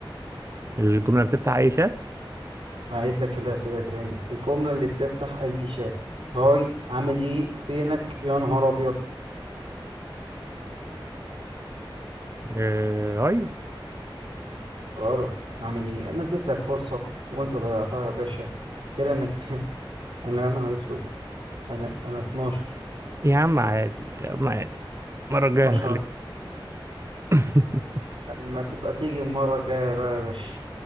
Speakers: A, on the right (about 35°); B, on the right (about 85°).
A: الجملة بتفتح أي شات
B: هعيد لك الأسئلة تاني الجملة اللي بتفتح أي شات هاي عامل إيه فينك يا نهار أبيض
A: آه، هاي
B: غلط عامل إيه أنا اديت لك فرصة وأنت ضيعتها يا باشا كده أنا كام <laughs> أنا يا نهار أسود أنا أنا 12
A: يا عم عادي يا عم عادي المرة الجاية
B: 12
A: هغلب <laughs>
B: لما تبقى تيجي المرة الجاية بقى يا باشا